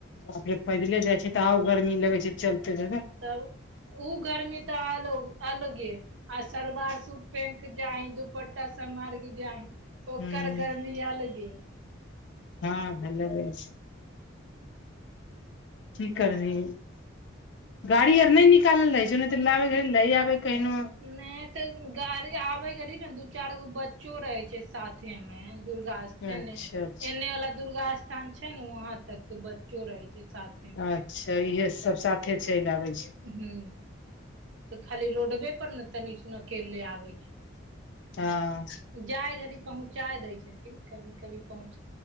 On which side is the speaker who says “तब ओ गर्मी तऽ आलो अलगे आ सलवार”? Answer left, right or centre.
Right